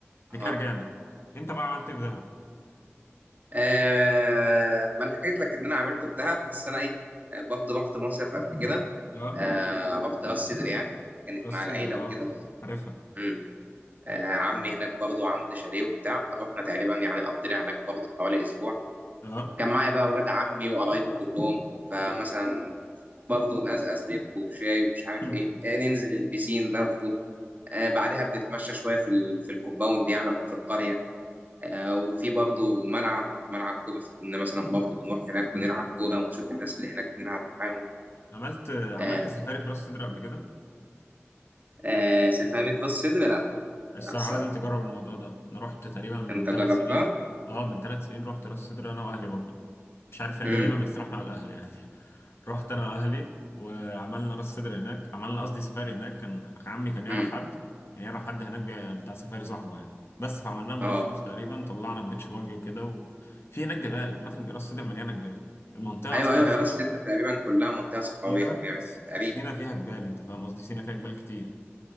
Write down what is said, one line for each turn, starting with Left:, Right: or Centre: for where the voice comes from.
Right: اه
Left: دي كرجانة انت بقى عملت ايه في دهب
Right: آه، ما انا حكيت لك ان انا عملته في دهب بس انا ايه آه، برضه رحت مصيف قبل كده
Left: اه
Right: آه رحت راس سدر يعني كانت
Left: راس
Right: مع العيله
Left: صدر اه
Right: وكده
Left: <laughs> عارفها
Right: امم آه عمي هناك برضه عنده شاليه وبتاع رحنا تقريبا يعني قضينا هناك برضه حوالي اسبوع
Left: اه
Right: كان معايا بقى اولاد عمي وقرايبي كلهم فمثلا برضه نقزقز لب وشاي ومش عارف
Left: <laughs>
Right: ايه آه، ننزل البيسين برضه آه، بعدها بنتمشى شويه في ال... في الكومباوند يعني او في القريه آه، وفي برضه ملعب ملعب كوره كنا مثلا برضه بنروح هناك ونلعب كوره ونشوف الناس اللي هناك نلعب معاهم
Left: عملت عملت
Right: آه
Left: سفاري في راس صدر قبل كده
Right: آه سفاري في راس سدر لا
Left: الصراحة
Right: لا الصراحه
Left: لازم تجرب الموضوع ده انا رحت تقريبا من
Right: انت
Left: ثلاث
Right: جربتها؟
Left: سنين اه من ثلاث سنين رحت راس صدر انا واهلي برضو مش عارف هي
Right: امم
Left: ليه دايما بتطرح مع الاهل يعني رحت انا واهلي وعملنا راس صدر هناك عملنا قصدي سفاري هناك كان عمي كان يعرف
Right: امم
Left: حد كان يعرف حد هناك بي- بتاع سفاري صاحبه يعني بس فعملناه من
Right: اه
Left: غير فلوس تقريبا طلعنا بيتش باجي وكده وفي هناك جبال عامة راس صدر مليانة جبال المنطقة
Right: ايوه
Left: أصلا
Right: ايوه
Left: سينا
Right: هي راس سدر تقريبا كلها منطقه صحراويه
Left: سينا
Right: او يعني
Left: س-
Right: تقريبا
Left: سينا فيها جبال أنت فاهم قصدي سينا فيها جبال كتير